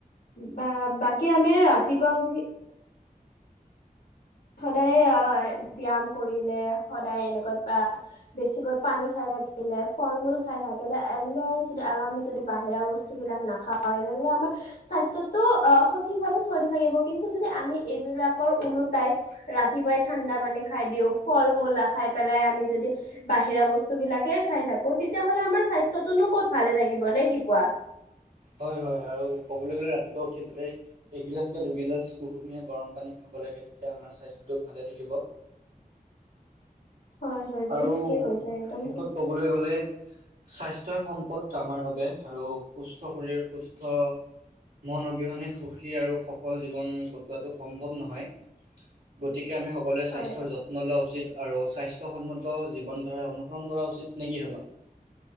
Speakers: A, on the left; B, on the right.
A: বা বাকী আমি ৰাতিপুৱা উঠি সদায় অ ব্যায়াম কৰিলে সদায় এনেকৈ বেছিকৈ পানী খাই থাকিলে ফল মূল খাই থাকিলে এনেদৰে যদি আৰু আমি যদি বাহিৰা বস্তু বিলাক নাখাও এনেদৰে আমাৰ স্বাস্থ্যটো আ সঠিক ভাৱে চলি থাকিব কিন্তু যদি আমি এইবিলাক ওলো তাই ৰাতিপুৱাই ঠাণ্ডা পানী খাই দিও ফল মূলা খাই পেলাই আমি যদি বাহিৰা বস্তু বিলাকে খাই থাকো তেতিয়াাহ'লে আমাৰ স্বাস্থ্য টোনো ক'ত ভালে থাকিব নে কি কোৱা
B: হয় হয় আৰু ক'বলৈ গলে ৰাতিপুৱাই এগিলাচ বা দুগিলাচ মান কুসুমিয়া গৰম পানী খাব লাগে তেতিয়া আমাৰ স্বাস্থ্য ভালেই থাকিব।
A: হয় হয় তুমি
B: আৰু
A: ঠিকে কৈছা একদম
B: শেষত
A: ঠিক
B: ক'বলৈ গ'লে স্বাস্থ্যয় সম্পদ আমাৰ বাবে আৰু সুস্থ। শৰীৰ সুস্থ মন অবিহনে সুখী আৰু সফল জীৱন কটোৱাটো সম্ভৱ নহয় গতিকে- কে আমি সকলোৱে
A: হয়
B: স্বাস্থ্যৰ যত্ন লোৱা উচিত। আৰু স্বাস্থ্যসন্মত জীৱনধাৰা অনুসৰণ কৰা উচিত নে কি ভাবা।